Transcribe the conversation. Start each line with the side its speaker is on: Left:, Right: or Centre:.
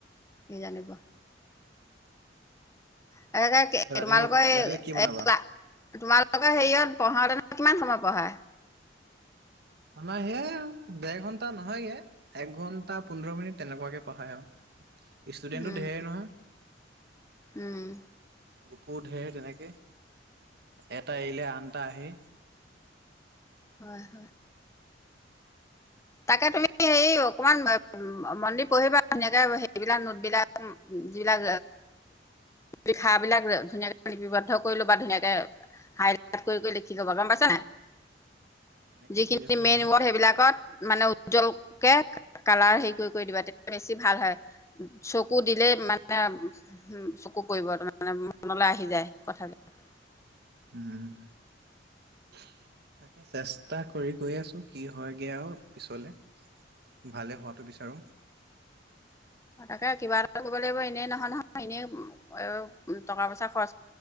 Left: কি জানিব? <unintelligible> তোমালোকৰ
Right: ৰাতিকে
Left: হেৰিয়ত
Right: ৰাতিকে কি বনাবা?
Left: পঢ়াওঁতেনে কিমান সময় পঢ়ায়?
Right: আমাৰ সেয়াই আৰু দেৰ ঘন্টা নহয়গে এক ঘন্টা পোন্ধৰ মিনিট তেনেকুৱাকে পঢ়ায় আৰু। ষ্টুডেণ্টটো
Left: উম
Right: ঢেৰ নহয়।
Left: উম।
Right: গ্ৰুপো ঢেৰ তেনেকে, এটা এৰিলে আনটা আহে।
Left: হয় হয়। তাকে তুমি হেৰি অকমান মনদি পঢ়িবা ধুনীয়াকে হেৰিবলাক নোটবিলাক যিবিলাক, লিখা বিলাক ধুনীয়াকে লিপিবদ্ধ কৰি লবা ধুনীয়াকে হাইলাইট কৰি কৰি লিখি থবা গম পাইছ নে নাই?
Right: তেনেকে
Left: যিখিনি
Right: কৰি আছো
Left: মেইন
Right: বাৰু
Left: ৱৰ্ড সেইবিলাকত মানে উজ্জ্বলকে কালাৰ হেৰি কৰি কৰি দিবা তেতিয়া বেছি ভাল হয় চকু দিলে মানে চকু পৰিব তাৰমানে মনলৈ আহি যায় কথাবিলাক।
Right: উম। তাকে চেষ্টা কৰি গৈ আছো কি হয়গে আও পিছলে? ভালে হোৱাটো বিচাৰো।
Left: তাকে কিবা এটাটো কৰিব লাগিব, এনেই নহয় নহয় এনেই টকা পইচা খৰচ